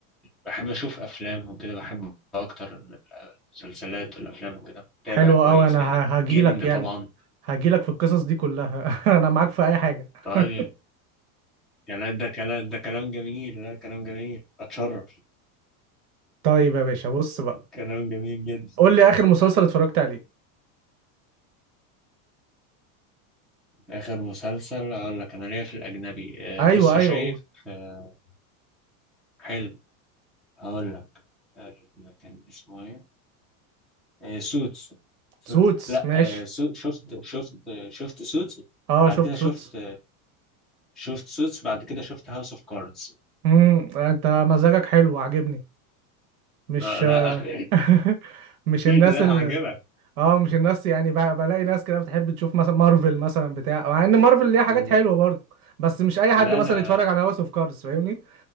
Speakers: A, in the centre; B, on the right (about 80°).
A: بحب اشوف افلام وكده بحب اكتر مسلسلات والافلام وكده بتابع
B: حلو
A: كويس
B: قوي انا
A: يعني
B: هاجي
A: جيمنج
B: لك يعني
A: طبعا
B: هاجي لك في القصص دي كلها <laughs> انا معاك في اي حاجه
A: طيب
B: <laughs>
A: يعني لا ده كلام ده كلام جميل لا كلام جميل اتشرف
B: طيب يا باشا بص بقى
A: كلام جميل جدا
B: قول لي اخر مسلسل اتفرجت عليه
A: اخر مسلسل اقول لك انا ليا في الاجنبي آه،
B: ايوه
A: لسه
B: ايوه
A: شايف
B: قول
A: آه، حلو هقول لك آه، كان اسمه ايه آه، سوتس سوتس
B: سوتس
A: لا
B: ماشي
A: آه، سو شفت شفت شفت سوتس
B: اه
A: بعد
B: شفت
A: كده
B: سوتس
A: شفت شفت سوتس بعد كده شفت هاوس اوف كاردز
B: امم انت مزاجك حلو عاجبني مش
A: لا لا <laughs>
B: <laughs> مش الناس
A: لا عجبك
B: اه مش الناس يعني ب- بلاقي ناس كده بتحب تشوف مثلا مارفل مثلا بتاع مع ان مارفل ليها حاجات
A: لا,
B: حلوه برضه بس مش اي حد
A: لا
B: مثلا
A: انا
B: يتفرج على هاوس اوف كاردز فاهمني